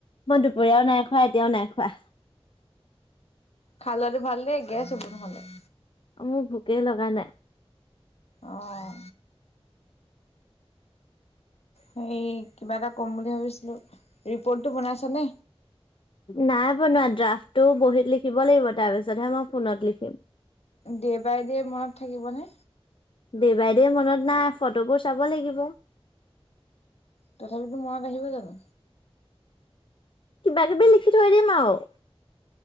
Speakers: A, on the left; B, on the left.
A: মই দুপৰীয়াও নাই খোৱা। এতিয়াও নাই খোৱা।
B: খাই লোৱাটো ভাল দেই, গেছ হব নহলে।
A: মোৰ ভোকে লগা নাই।
B: অ'হ। হেই কিবা এটা কম বুলি ভাবিছিলো। ৰিপৰ্টটো বনাইছানে?
A: নাই। শুনা ড্ৰাফ্টটো বহীত লিখিব লাগিব, তাৰ পিছতহে মই ফোনত লিখিম।
B: দে বাই দে মনত থাকিবনে?
A: দে বাই দে মনত নাই। ফটোবোৰ চাব লাগিব।
B: তথাপিতো মনত আহিব জানো?
A: কিবা কিবি লিখি থৈ দিম আৰু।